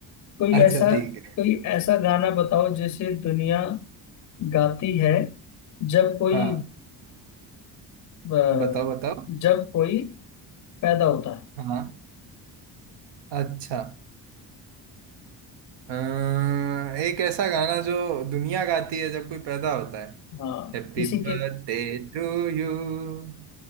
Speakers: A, on the left (about 45°); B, on the right (about 85°).
A: कोई
B: अच्छा
A: ऐसा
B: ठीक है
A: कोई ऐसा गाना बताओ जिसे दुनिया गाती है जब कोई
B: हाँ
A: अ,
B: बताओ बताओ
A: जब कोई पैदा होता है
B: हाँ अच्छा अम्म, एक ऐसा गाना जो दुनिया गाती है जब कोई पैदा होता है
A: हाँ
B: हैप्पी
A: किसी
B: बर्थडे
A: के
B: टू यू